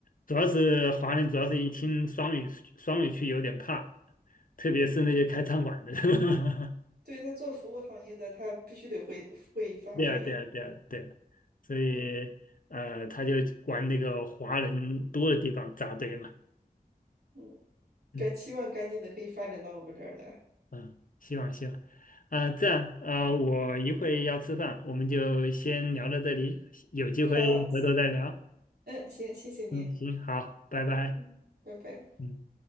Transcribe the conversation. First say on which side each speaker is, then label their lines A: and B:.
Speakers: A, on the left; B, on the right.
A: 主要是华人，主要是一听双语双语区有点怕，特别是那些开餐馆的。
B: <laughs>
A: <laughs>
B: 对，他做服务行业的，他必须得会会发育，
A: 对啊，对啊，对啊，对啊，所以呃，
B: 嗯
A: 他就往那个华人多的地方扎堆嘛，
B: 嗯，
A: 嗯
B: 该期望赶紧的可以发展到我们这儿来。
A: 嗯，希望希望，啊、这样啊、呃我一会要吃饭，我们就先聊到这里，有机会回头再聊，
B: 好，嗯，行，谢谢您，
A: 嗯，行，好，拜拜，
B: 嗯，拜拜。
A: 嗯。